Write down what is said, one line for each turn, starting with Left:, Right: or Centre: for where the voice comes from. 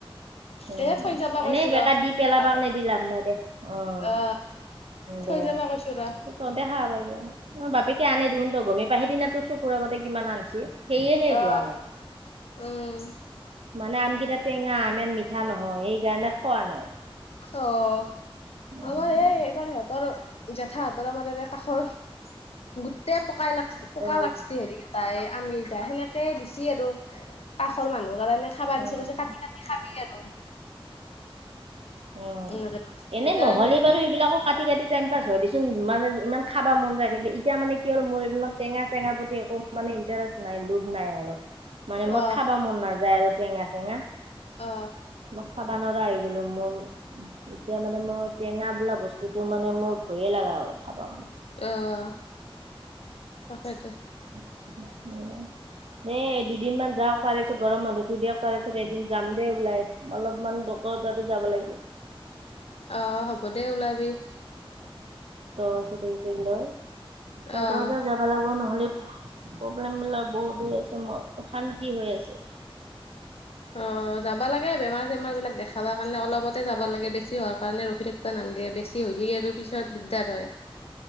Right: অ
Left: এ থৈ যাবা কৈছো
Right: এনেই বেকাৰ
Left: ৰ
Right: দি পেলাবা
Left: আৰু
Right: কাৰণে দি লাভ নাই দে। অহ,
Left: অ থৈ
Right: দে
Left: যাবা কৈছো ৰ
Right: তহতে খাব পাৰিবি। অ', বাপেকে আনে দেখোন তই গমেই পাই। সেইদিনা তোৰ চকুৰ আগতে কিমান আনছি। সেয়েহে
Left: অ
Right: হোৱা নাই।
Left: উম
Right: মানে আমকেইটাত টেঙা ইমান মিঠা নহয় সেইকাৰণে খোৱা নাই।
Left: অ'
Right: উম,
Left: আমাৰ এই এইবাৰ সিহঁতৰ জেঠাহতৰ আমাৰ এনে কাষৰ, গোটেই পুকাই লাগছ-পুকা
Right: অ
Left: লাগছি হেৰি তাই <unintelligible> টা সেনেকে দিছি আৰু কাষৰ মানুহৰ কাৰণে খাবা
Right: উম
Left: দিছি। কৈছে কাটি-কাটি খাবি আৰু।
Right: অ',
Left: এনেকে কৈছে সেইকাৰণে
Right: এনে নহ'লি বাৰু সেইবিলাকো কাটি-কাটি টাইম পাছ থৈ দিচোন, মানে ইমান খাবা মন যায় থাকিলে এতিয়া মানে কি হ'ল মোৰ এই টেঙা-চেঙা প্ৰতি একো মানে ইন্টাৰেষ্ট ৰেষ্ট নাই। লোভ নাই আৰু মানে
Left: অ
Right: মই খাবা মন নাযায় আৰু টেঙা-চেঙা।
Left: অ
Right: মই খাবা ন'ৰা হৈ হৈ গেলো মন এতিয়া মানে মই টেঙা বোলা বস্তুতটো মানে মোৰ ভয়ে লগা হ'ল খাব কাৰণে।
Left: অ', তাকেতো।
Right: <unintelligible> এ দুদিনমান যাওক তাৰেপিছত গৰম বন্ধটো দিয়ক, তাৰপিছত এদিন যাম দেই ওলাই। অলপমান কৰ তাতো যাব লাগিব।
Left: অ', হ'ব দে ওলাবি।
Right: অ', ছুটি-টুটি লৈ। তহঁতৰ
Left: অ
Right: তাত যাবা লাগিব নহ'লি। প্ৰব্লেম বিলাক বহুত হৈ আছে, মন অশান্তি হৈ আছে।
Left: অ', যাবা লাগে বেমাৰ-চেমাৰ বিলাক দেখাবা কাৰণে। অলপতে যাব লাগে বেছি বেছি হোৱাৰ কাৰণে ৰখি থাকিবা নালাগে। বেছি হ'লি আৰু পিছত দিগদাৰ হয়।